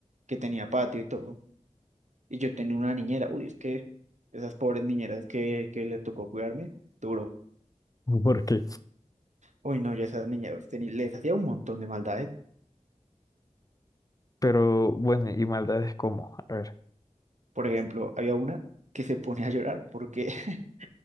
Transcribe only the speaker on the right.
que tenía patio y todo. Y yo tenía una niñera. Uy, es que esas pobres niñeras que, que les tocó cuidarme, duro.
Uy, no, ya esas niñeras teni- les hacía un montón de maldades.
Por ejemplo, había una que se ponía a llorar porque, <laughs>